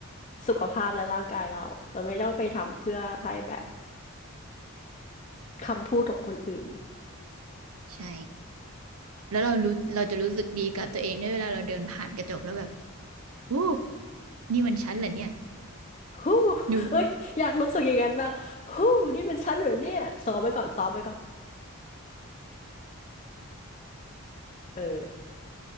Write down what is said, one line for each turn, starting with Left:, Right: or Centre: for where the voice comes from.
Left: สุขภาพและร่างกายเราเราไม่ต้องไปทำเพื่อให้แบบคำพูดของคนอื่น
Right: ใช่ แล้วเรารู้เราจะรู้สึกดีกับตัวเองได้เวลาเราเดินผ่านกระจกแล้วแบบโอ้นี่มันฉันเหรอเนี่ย
Left: ฮู้
Right: ดู
Left: เอ้ยอยากรู้สึกอย่างนั้นบ้างฮู้นี่เป็นฉันเหรอเนี่ยซ้อมไว้ก่อนซ้อมไว้ก่อนเออ